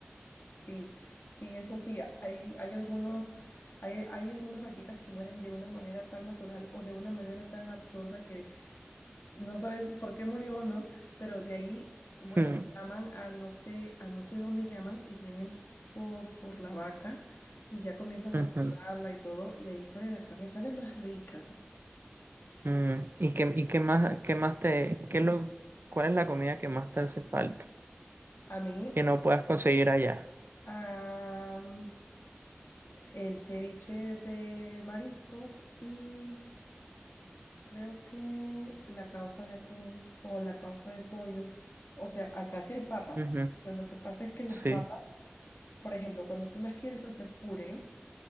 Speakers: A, on the left (about 60°); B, on the right (about 60°).
A: Sí, sí, eso sí, hay, hay algunos, hay, hay algunas vaquitas que mueren de una manera tan natural o de una manera tan absurda que no sabes por qué murió o no, pero de ahí, bueno,
B: Mm,
A: llaman a no sé, a no sé dónde llaman y vienen po- por, la vaca y ya comienzan
B: ujú,
A: a cortarla y todo, y ahí sale la carne y sale más rica.
B: mm. ¿Y qué, y qué más, qué más te, qué lo, cuál es la comida que más te hace falta,
A: A mí,
B: que no puedas conseguir allá?
A: am, el ceviche de mariscos y Creo que la causa de atún o la causa de pollo, o sea, acá sí hay papas,
B: Ujú,
A: pero lo que pasa es que las
B: Sí,
A: papas, por ejemplo, cuando tú las quieres hacer puré,